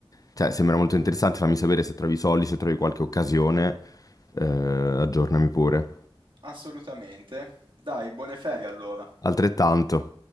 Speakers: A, on the left; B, on the right.
A: Cioè, sembra molto interessante, fammi sapere se trovi i soldi, se trovi qualche occasione, eh, aggiornami pure.
B: Assolutamente. Dai, buone ferie allora.
A: Altrettanto.